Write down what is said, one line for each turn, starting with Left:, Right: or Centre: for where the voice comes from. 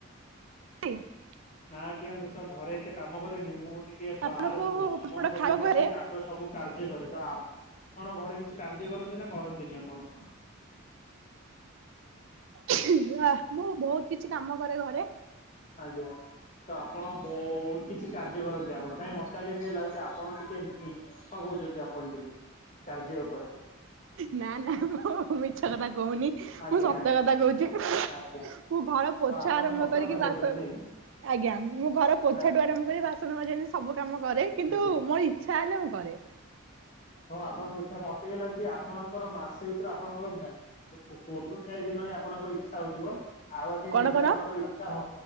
Right: <unintelligible>
Left: ନା ଆଜ୍ଞା ମୁଁ ତ ଘରେ ଏତେ କାମ କରେନି ମୁଁ ଟିକେ ବାହାରକୁ
Right: ଆପଣଙ୍କୁ
Left: ଭ୍ରମଣ
Right: ପାମ୍ପଡ଼
Left: କରିଆକୁ
Right: ଖାଇବାକୁ
Left: ଆସି
Right: ହେଲେ
Left: <unintelligible> ତ ସବୁ କାର୍ଯ୍ୟ କରେ ତ ଆପଣ ଘରେ କିଛି କାର୍ଯ୍ୟ କରନ୍ତି ନା କରନ୍ତିନି ଆପଣ?
Right: <unintelligible> ମୁଁ ବହୁତ୍ କିଛି କାମ କରେ ଘରେ
Left: ଆଜ୍ଞା ତ ଆପଣ ବୋ <unintelligible> କିଛି କାର୍ଯ୍ୟ କରନ୍ତି ଆପଣ କାଇଁ ମତେ ଆଜ୍ଞା <unintelligible> ଲାଗୁଚି ଆପଣ ଟିକେ ମିଛ କଉଚନ୍ତି ଆପଣ ଟିକେ। କାର୍ଯ୍ୟ ଉପରେ।
Right: ନା ନା ମୁଁ ମିଛ କଥା କହୁନି
Left: ଆଜ୍ଞା
Right: ମୁଁ ସତ
Left: ଆଜ୍ଞା
Right: କଥା କହୁଚି। ମୁଁ
Left: ଆଜ୍ଞା।
Right: ଘର ପୋଛା
Left: ହଁ ଆପଣ
Right: ଆରମ୍ଭ
Left: ସତ
Right: କରିକି
Left: କଥା କହୁଛନ୍ତି
Right: ବାସନ୍ ଆଜ୍ଞା ମୁଁ ଘର ପୋଛାଠୁ
Left: ଆଜ୍ଞା
Right: ଆରମ୍ଭ କରି ବାସନ୍ ମାଜି <unintelligible> ଯାଏଁ ସବୁ କାମ କରେ କିନ୍ତୁ
Left: ଆଜ୍ଞା।
Right: ମୋର ଇଚ୍ଛା ହେଲେ ମୁଁ କରେ।
Left: ହଁ ଆପଣଙ୍କ ଇଚ୍ଛା ମତେ ଇ ଲାଗୁଚି ଆପଣଙ୍କର ମାସେ ଭିତରେ ଆପଣଙ୍କର ଗାଁ <unintelligible> ଆପଣଙ୍କର ଇଚ୍ଛା ହଉଥିବ। ଆଉ ଆଜ୍ଞା
Right: କଣ
Left: କେବେ
Right: କଣ
Left: ଆପଣଙ୍କର ଇଚ୍ଛା ହ